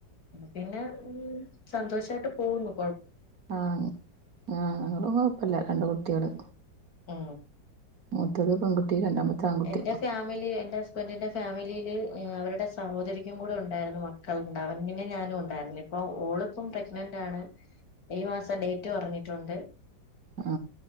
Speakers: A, on the left; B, on the right.
A: പിന്നെ ഉം സന്തോഷായിട്ട് പോവുന്നു.
B: ആ ഞാ ഞങ്ങളും കൊഴപ്പില്ല രണ്ട് കുട്ടിള്.
A: ആ
B: മൂത്തത് പെൺകുട്ടി രണ്ടാമത്തെ ആൺകുട്ടി
A: എന്റെ ഫാമിലി എന്റെ ഹസ് ബെന്റിന്റെ ഫാമിലിയില് അവരുടെ സഹോദരിക്കും കൂടെ ഉണ്ടായിരുന്നു മക്കള്ണ്ടാവൻ പിന്നെ ഞാനും ഉണ്ടായിരുന്നു. അപ്പൊ ഓളിപ്പം പ്രഗ്നന്റ് ആണ്. ഈ മാസം ഡേറ്റ് പറഞ്ഞിട്ടുണ്ട്.
B: ആ